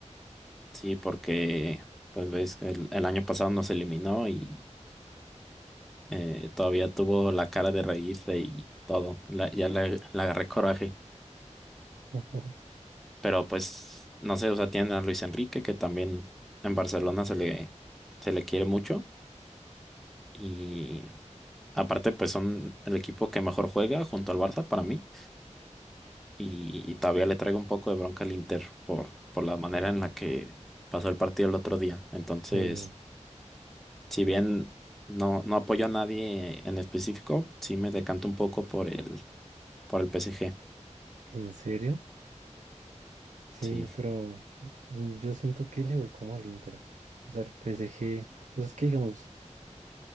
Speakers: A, in the centre; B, on the right.
A: sí, porque pues ves que el, el año pasado nos eliminó y eh, todavía tuvo la cara de reírse y todo, La- ya le, le agarré coraje.
B: <laughs>
A: Pero pues, no sé, o sea, tienen a Luis Enrique, que también en Barcelona se le, se le quiere mucho. Y aparte, pues son el equipo que mejor juega junto al Barça para mí. Y, y todavía le traigo un poco de bronca al Inter por, por la manera en la que pasó el partido el otro día. Entonces,
B: Sí.
A: si bien no, no apoyo a nadie en específico, sí me decanto un poco por el, por el PSG.
B: ¿En serio? Sí,
A: Sí,
B: pero mm, yo siento que le voy como al Inter. O sea, el PSG, o sea, es que digamos,